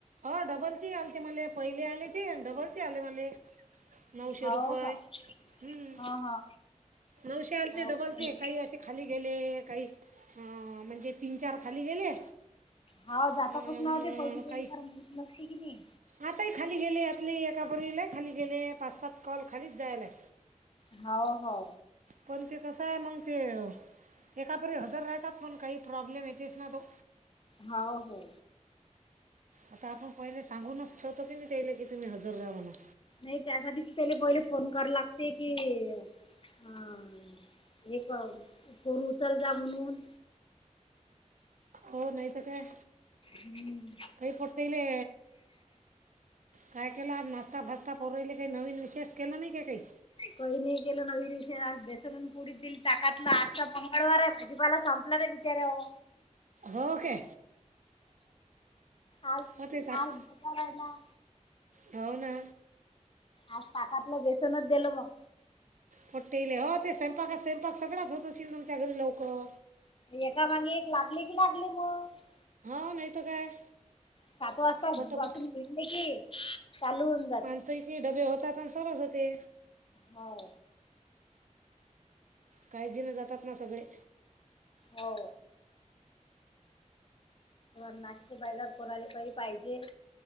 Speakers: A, on the right; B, on the left.
A: हो डबलचे आलते मले पहिले आलते डबलचे आले मले. नऊशे
B: हाव
A: रुपये
B: का?
A: हम्म.
B: हा हा.
A: नऊशे आलते
B: हाव
A: डबलचे
B: का नाही?
A: काही असे खाली गेले काही म्हणजे तीन चार खाली गेले.
B: हो
A: अन
B: जातातच नाओ ते पहिली पहिली
A: काही
B: फार माहित नसती की नाही.
A: आताही खाली गेले यातली एका पोरीला खाली गेले पाच सात कॉल खालीच जायला.
B: हो हो
A: पण ते कसय मंग ते एकापरी हजर राहतात पण काही प्रॉब्लेम येतेस ना तो.
B: हो की
A: आता आपण पहिले सांगूनच ठेवतो की तेले की तुम्ही हजर रहा म्हणून.
B: नाही त्यासाठीच त्याले पहिले फोन करा लागते की हां. एक फोन उचलजा म्हणून.
A: हो नाही तर काय.
B: हम्म
A: काही पोटेले काय केलं आज नाश्ताफाष्टा पोराले काही नवीन विषेष केला नाही काय काही?
B: कही नाही केल नवी विशेष आ बेसन आणि पोळी दिली ताकातलं आज मंगळवार आहे भाजीपाला संपला रे बीचार्याओ
A: हो काय
B: आज
A: हो ते टाक
B: आज करायला.
A: हो ना
B: आज ताकातलं बेसनच दिल मग.
A: पोट्टेई हो ते स्वयंपाकात स्वयंपाक सगळच होत असेल तुमच्या घरी लवकर.
B: एका मागे एक लागले की लागले मग.
A: हो नाहीतर काय.
B: सात वाजता
A: पटापट
B: पासून घतले की चालू होऊन जाते.
A: <unintelligible> चे डबे होतात आणि सारच होते.
B: हो
A: काळजी न जातात ना सगळे.
B: हो नाशते बायजात कोणाला पोहे पाहिजेत.